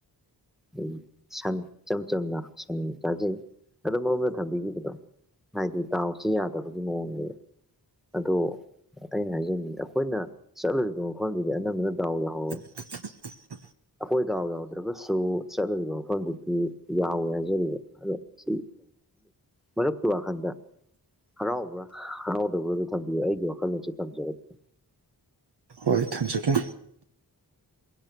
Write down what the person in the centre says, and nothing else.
ꯑꯩ ꯁꯟ ꯏꯆꯝ ꯆꯝꯅ ꯁꯟ ꯇꯥꯖꯩ ꯑꯣ ꯃꯔꯣꯝꯗ ꯊꯝꯕꯤꯈꯤꯕꯗꯣ ꯍꯥꯏꯗꯤ ꯇꯥꯎꯁꯤ ꯌꯥꯗꯕꯒꯤ ꯃꯑꯣꯡꯅꯦꯗ ꯑꯗꯣ ꯑꯩꯅ ꯍꯥꯏꯖꯅꯤꯡꯤ ꯑꯩꯈꯣꯏꯅ ꯆꯠꯂꯨꯔꯤꯕ ꯃꯐꯝꯗꯨꯗꯤ ꯑꯅꯝꯕꯅ ꯗꯥꯎ ꯌꯥꯎꯍꯧꯋꯦ
ꯑꯩꯈꯣꯏ ꯗꯥꯎ ꯌꯥꯎꯗ꯭ꯔꯒꯁꯨ ꯆꯠꯅꯔꯤꯕ ꯃꯐꯝꯗꯨꯗꯤ ꯌꯥꯎꯋꯦ ꯍꯥꯏꯖꯔꯤꯕ ꯑꯗ ꯁꯤ ꯃꯔꯨꯞ ꯊ ꯋꯥ ꯈꯟꯗ ꯍꯔꯥꯎꯕ꯭ꯔꯥ ꯍꯔꯥꯎꯗꯕ꯭ꯔꯥ ꯑꯗꯨ ꯊꯝꯕꯤꯌꯨ ꯑꯩꯒꯤ ꯋꯥꯈꯜꯂꯣꯟꯁꯨ ꯊꯝꯖꯔꯛꯀꯦ